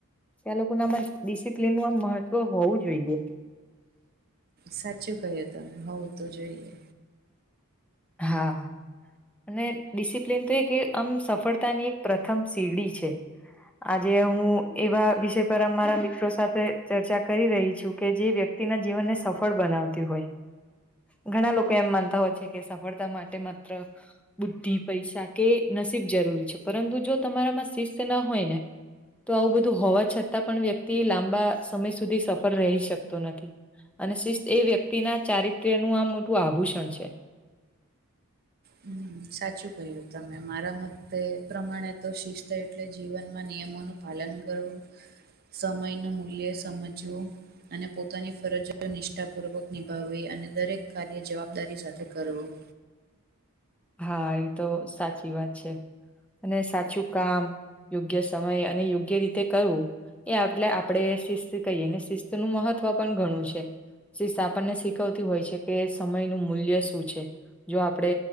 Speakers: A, in the centre; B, on the right.
A: એ લોકો ના આમાં ડિસિપ્લિનનું આમ મહત્વ હોવું જોઈએ.
B: સાચું કય્યું તમે હોવું તો જોઈએ.
A: હા અને ડિસિપ્લિન તો એ આમ સફળતાની એક પ્રથમ <unintelligible> છે. આજે હું એવા વિષય પર અમારા મિત્રો સાથે ચર્ચા કરી રહી છું કે જે વ્યક્તિ તિ ના જીવનને સફળ બનાવતી હોય ઘણા લોકો એમ માનતા હોય છે. સફળતા માટે માત્ર બુદ્ધિ પૈસા કે નસીબ જરૂરી છે, પરંતુ જો તમારામાં શિસ્ત ના હોય ને તો આવું બધું હોવા છતાં પણ, વ્યક્તિ લાંબા સમય સુધી સફળ રહી શકતો નથી. અને શિસ્ત એ વ્યક્તિના ચારિત્ર્ય નું આમ મોટું આભૂષણ છે,
B: હમ સાચું કહ્યું તમે મારા મતે પ્રમાણે તો શિસ્ત એટલે જીવનમાં નિયમોનું પાલન કરવું સમય નું મૂલ્ય સમજવું. અને પોતાની ફરજ નિષ્ઠાપૂર્વક નિભાવવી અને દરેક કાર્ય જવાબદારી સાથે કરવું.
A: હા એ તો સાચી વાત છે, અને સાચું કામ યોગ્ય સમય અને યોગ્ય રીતે કરવું. એ એટલે આપણે શિસ્ત કહીએ ને શિસ્તનું મહત્વ પણ ઘણું છે. આપણને શીખવતી હોય છે, કે સમય નું મૂલ્ય શું છે, જો આપડે